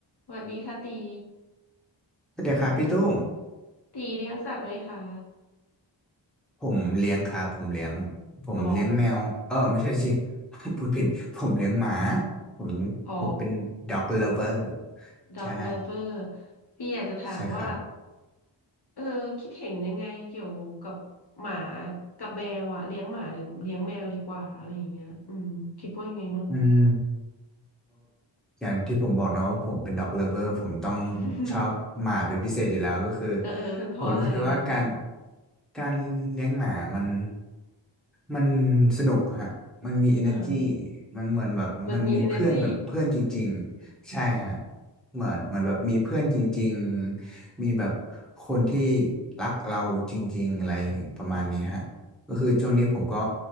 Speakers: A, on the left (about 55°); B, in the centre.
A: สวัสดีค่ะตี
B: สวัสดีครับพี่ตุ้ม
A: ตีเลี้ยงสัตว์ไหมคะ
B: ผมเลี้ยงครับผมเลี้ยงผมเลี้ยงแมวเออไม่ใช่สิ
A: อ๋อ
B: <laughs> พูดผิดผมเลี้ยงหมาผมผมเป็น
A: อ๋อ
B: dog lover
A: ด็อกเลิฟเวอร์
B: ใช่
A: พี่อยากจะถามว่า
B: ใช่ครับ
A: เออคิดเห็นยังไงเกี่ยวกับหมากับแมวอะเลี้ยงหมาหรือเลี้ยงแมวดีกว่าอะไรอย่างเงี้ยอืมคิดว่ายังไงมั่ง
B: อืม อย่างที่ผมบอกเนาะว่าผมเป็นด็อกเลิฟเวอร์ผมต้อง
A: <laughs>
B: ชอบหมาเป็นพิเศษอยู่แล้วก็คือ
A: เออเออเป็นเพราะอะไรอะคะ
B: ผมรู้สึกว่าการการเลี้ยงหมามันมันสนุกฮะมันมี energy
A: อ่า
B: มันเหมือนแบบมันมีเพื่อนแบบเพื่อนจริงๆใช่ฮะ
A: มันมี energy
B: เหมือนเหมือนแบบมีเพื่อนจริงๆมีแบบคนที่รักเราจริงๆอะไรประมาณนี้ฮะก็คือช่วงนี้ผมก็